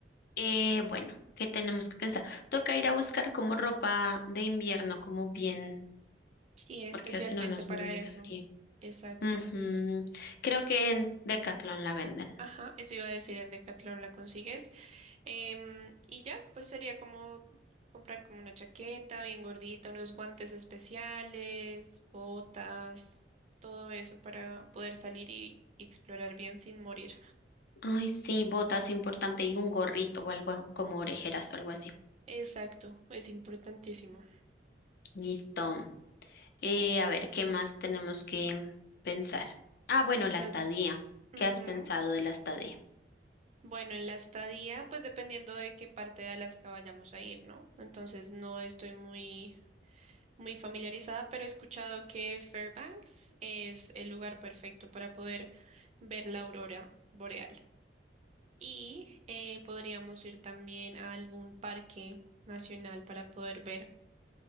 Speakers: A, on the left; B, on the right.
A: eh, bueno, ¿qué tenemos que pensar? Toca ir a buscar como ropa de invierno, como bien,
B: Sí, especialmente
A: porque si no nos
B: para
A: morimos
B: eso.
A: de frío.
B: Exacto.
A: Ujú. Creo que en Decathlon la venden.
B: Ajá, eso iba a decir, en Decathlon la consigues. Em, y ya, pues sería como comprar como una chaqueta bien gordita, unos guantes especiales, botas, todo eso para poder salir y, y explorar bien sin morir.
A: Ay, sí, botas importante y un gorrito o algo como orejeras o algo así.
B: Exacto, es importantísimo.
A: Listo. Eh, a ver, ¿qué más tenemos que pensar? Ah, bueno, la
B: Los,
A: estadía.
B: ujú.
A: ¿Qué has pensado de la estadía?
B: Bueno, en la estadía, pues dependiendo de qué parte de Alaska vayamos a ir, ¿no? Entonces no estoy muy, muy familiarizada, pero he escuchado que Fairbanks es el lugar perfecto para poder ver la aurora boreal. Y eh, podríamos ir también a algún parque nacional para poder ver